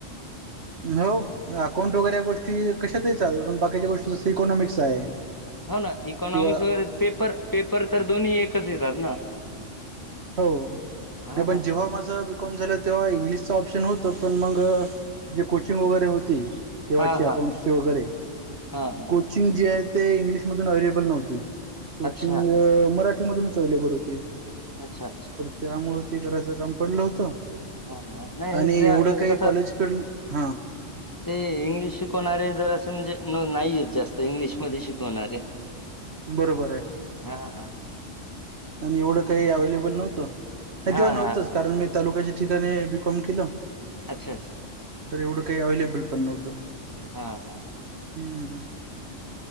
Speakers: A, on the right (about 55°); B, on the left (about 15°).
A: हो. अकाउंट वगैरे या गोष्टी कशातही चाल पण बाकीच्या गोष्टी इकॉनॉमिक्स आहे.
B: हो ना इकॉनॉमिक्स
A: किंवा
B: वगैरे पेपर- पेपर तर दोन्ही एकच येतात ना.
A: हो
B: हां,
A: जेव्हा
B: हां.
A: माझं तेव्हा इंग्लि चं ऑप्शन होतं पण म जे कोचिंग वगैरे होती. तेव्हाची
B: हां,
A: अकाउंटची
B: हां.
A: वगैरे
B: हां, हां.
A: कोचिंग जे आहे ते इंग्लिश मधून अवेलेबल नव्हती. कोचिंग
B: अच्छा,
A: मराठीमधूनच अवलेबल होती.
B: अच्छा, अच्छा,
A: त्यामुळं ते करायचं काम पडलं होतं.
B: हां, हां. नाही
A: आणि
B: त्या
A: एवढं
B: म्हणजे
A: काही
B: कसं
A: कॉलेजकडं हा.
B: ते इंग्लिश शिकवणारे जराशे म्हणजे नाहीयेत जास्त इंग्लिशमध्ये शिकवणारे.
A: <unintelligible> बरोबर आहे
B: हां, हां.
A: आणि एवढं काही अवेलेबल नव्हतं. तेव्हा
B: हां,
A: नव्हतंच
B: हां.
A: कारण मी तालुक्याच्या ठिकाणी बी कॉम केलं.
B: अच्छा, अच्छा.
A: तर एवढं काही अवलेबल पण नव्हतं.
B: हा हा.
A: हम्म,